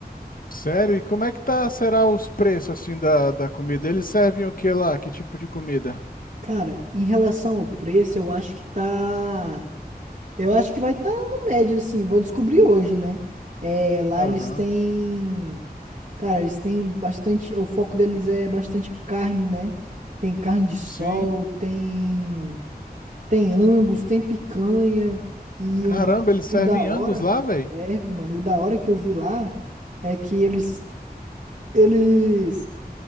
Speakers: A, on the left (about 60°); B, on the right (about 50°).
A: Sério? E como é que tá, será os preços, assim, da, da comida? Eles servem o que lá? Que tipo de comida?
B: Cara, em relação ao preço, eu acho que tá. Eu acho que vai tá no médio, assim. Vou descobrir hoje, né? É, lá
A: Aham,
B: eles têm. Cara, eles têm bastante. O foco deles é bastante a carne, né? Tem carne de sol,
A: sim.
B: tem. Tem Angus, tem picanha. E
A: Caramba,
B: o da,
A: eles
B: e
A: servem
B: o da hora,
A: Angus lá, velho?
B: serve, mano. E o da hora que eu vi lá é que eles, eles